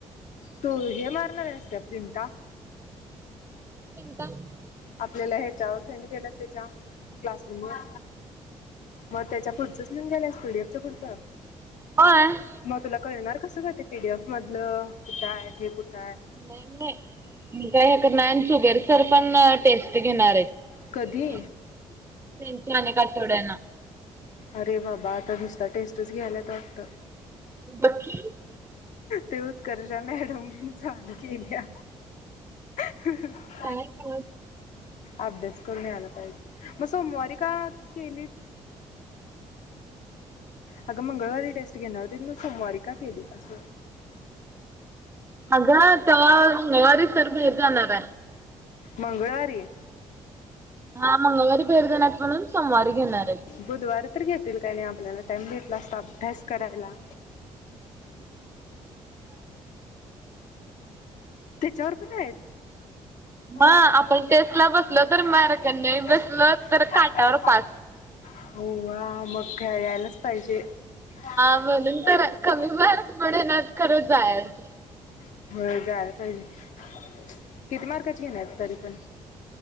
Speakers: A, on the left; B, on the right.
A: तू हे मारणार आहेस का प्रिंटा?
B: ता <unintelligible>
A: आपल्याला ह्याच्यावर सेंड केल्यात त्याच्या,, क्लासरूम वर. मग त्याच्या पुुचंच नेन गेस स्कुडिपचा कुडचा <unintelligible>
B: होय.
A: मग तुला कळणार कसं गं ते पीडीएफ मधलं,, कुठं हाय हे कुठं हाय.
B: न नाही काय ह कर ना शुगर सर पण टेस्ट घेणार आहेत.
A: कधी
B: त्यांच्यी आणि एक आठवड्यांनं.
A: अरे बाबा आता नुसता टेस्टच घ्याल्यात वाटतं.
B: बघकी
A: ते उत्कर्षा मॅडमनं चांगलं केल्या. ह <unintelligible>
B: काय का <unintelligible>
A: अभ्यास करून याला पाहिजे, मग सोमवारी का केलीस? अगं मंगळवारी टेस्ट घेणार होतीत, सोमवारी का केली असं.
B: अगं तवा मंगळवारी सर बाहेर जाणार आहे.
A: मंगळवारी
B: हा मंगळवारी बाहेर जाणार म्हणून सोमवारी घेणार आहेत.
A: बुधवार घेतील क नाही आपल्याला टाइम भेटला असता अभ्यास करायला. त्याच्यावर पण आहेत हण
B: मग आपण
A: ते
B: टेस्टला
A: <unintelligible>
B: बसलो तर मार्क नाही बसलो तर काटावर पास.
A: हो वा मग काय यायलाच पायजे. हा
B: म्हणून तर कमी
A: त
B: मार्क पडेनात खरं जायाचं.
A: <unintelligible> हो जायला पहिजे की,,, किती मार्काची घेणार तरी पण?